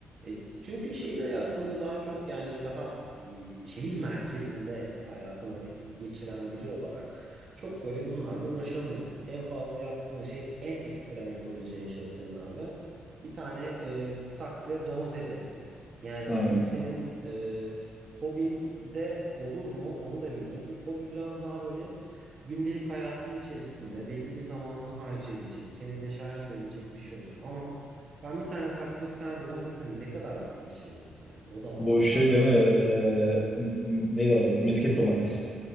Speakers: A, on the right; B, on the left.
A: E, çünkü şehir hayatında daha çok yani daha e, şehir merkezinde hayatını geçiren biri olarak çok böyle bunlarla uğraşamıyorsun. En fazla yaptığın şey en ekstrem yapabileceğin şey senin abi bir tane e, saksıya domates ekmek. Yani
B: Yani
A: bu senin e, hobin de olur mu onu da bilmiyorum. Çünkü hobi biraz daha böyle gündelik hayatının içerisinde belli bir zamanını harcayabileceğin, seni deşarj edebilecek bir şey olacak. Ama ben bir tane saksıda bir tane domatesle ne kadar vakit geçirebilirim? Yani o da var.
B: bu
A: Mesela
B: şey değil mi? E, m- m- neydi adı? Misket domates.